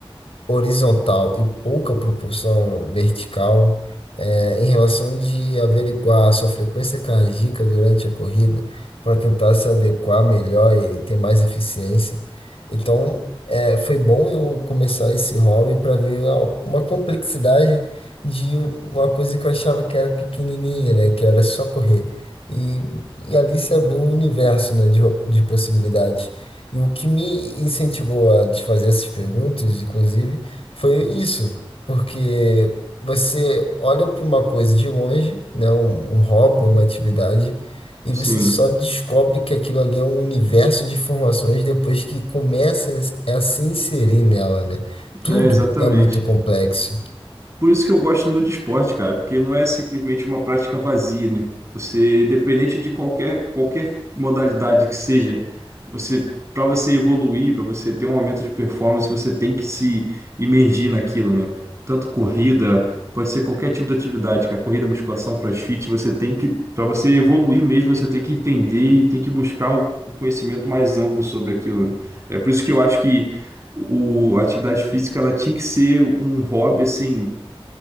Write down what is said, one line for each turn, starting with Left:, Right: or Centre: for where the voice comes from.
Left: horizontal e pouca propulsão vertical, é, em relação de averiguar a sua frequência cardíaca durante a corrida para tentar se adequar melhor e ter mais eficiência. Então, é, foi bom eu começar esse hobby para ver a- uma complexidade de um- uma coisa que eu achava que era pequenininha, né? Que era só correr. E, e ali se abriu um universo, né, de, de possibilidades. E o que me incentivou a te fazer essas perguntas, inclusive, foi isso, porque você olha para uma coisa de longe, né, um, um hobby, uma atividade, e
Right: Sim,
Left: você só descobre que aquilo ali é um universo de informações depois que começa a se inserir nela, né? Tudo
Right: é exatamente.
Left: é muito complexo.
Right: Por isso que eu gosto muito de esporte, cara, porque não é simplesmente uma prática vazia, né? Você, independente de qualquer, qualquer modalidade que seja, você, para você evoluir, para você ter um aumento de performance, você tem que se imergir naquilo, né? Tanto corrida, pode ser qualquer tipo de atividade, cara, corrida, musculação, crossfit, você tem que, para você evoluir mesmo, você tem que entender e tem que buscar o o conhecimento mais amplo sobre aquilo, né? É por isso que eu acho que o, a atividade física ela tinha que ser um hobby assim